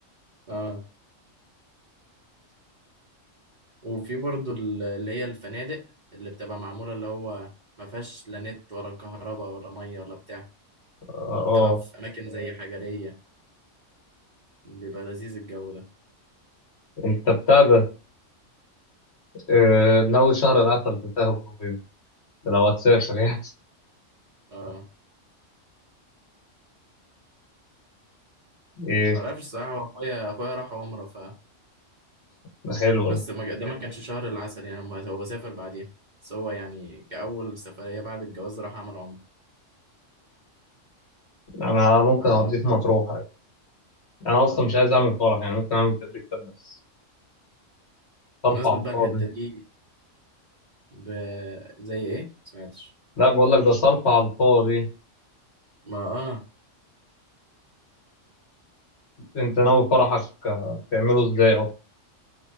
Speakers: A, on the right; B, on the left.
A: اه وفي برضو ال- اللي هي الفنادق اللي بتبقى معمولة اللي هو ما فيهاش لا نت ولا كهرباء ولا مية ولا بتاع
B: اه
A: وبتبقى
B: آه.
A: في أماكن زي حجرية بيبقى لذيذ الجو ده
B: انت بتاع ده اه، ناوي شهر العسل تسافر فين ده لو هتسافر يعني
A: اه
B: ايه
A: معرفش الصراحة هو أخويا أخويا راح عمرة ف
B: ده حلو
A: بس
B: ده.
A: ما ج- ده ما حلو كانش شهر العسل يعني ما- هو سافر بعديها بس هو يعني كأول سفرية بعد الجواز راح عمل عمرة
B: انا ممكن
A: ف
B: اقضيه في مطروح يعني. انا
A: اه
B: اصلا مش عايز اعمل فرح يعني ممكن اعمل كده كتاب بس صرف
A: بمناسبة
B: على الفاضي
A: بقى الحتة دي ب... زي إيه؟ سمعتش
B: لا بقول لك ده صرف على الفاضي
A: ما اه
B: انت ناوي فرحك اه، تعمله ازاي اصلا